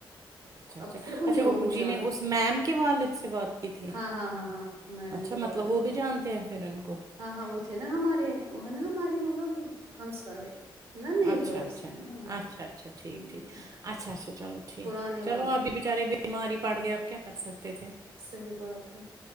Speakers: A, on the right (about 40°); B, on the right (about 80°).
A: اچھا
B: اب
A: اچھا
B: پھر انہیں
A: اچھا
B: دو
A: ابو
B: کو جانا
A: جی نے اس
B: تھا
A: میم کے والد سے بات کی تھی
B: ہاں ہاں ہاں ہاں میم
A: اچھا
B: کے
A: مطلب
B: والد
A: وہ بھی
B: صاحب
A: جانتے
B: سے۔
A: ہیں پھر ان کو
B: ہاں ہاں وہ تھے نا ہمارے وہ ہے نا ہمارے مطلب ہمسائے نا نیبرس
A: اچھا اچھا
B: ہے نا ہمارے
A: اچھا اچھا ٹھیک
B: ہ
A: ٹھیک اچھا اچھا چلو ٹھیک
B: پرانے
A: ہے
B: والے
A: چلو آب بھی بچارے بیمار ہی پڑ گئے آپ کیا کر سکتے تھے
B: صحیح بات ہے